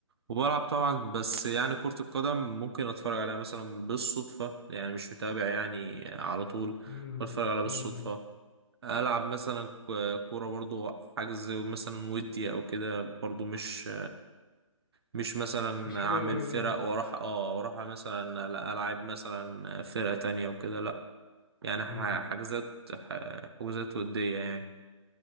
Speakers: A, on the right (about 50°); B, on the left (about 40°).
A: وبلعب طبعا بس يعني كرة القدم ممكن اتفرج عليها مثلا بالصدفة يعني مش متابع يعني على طول ممكن
B: أمم.
A: اتفرج عليها بالصدفة
B: أمم.
A: العب مثلا ك- كورة برضو حجز مثلا ودي او كده برضو مش مش مثلا
B: مش حاجه
A: اعمل
B: غريبة.
A: فرق واروح اه واروح مثلا لا العب مثلا فرقة تانية وكده لا يعني ح-
B: امم
A: حجزات ح- حجوزات ودية يعني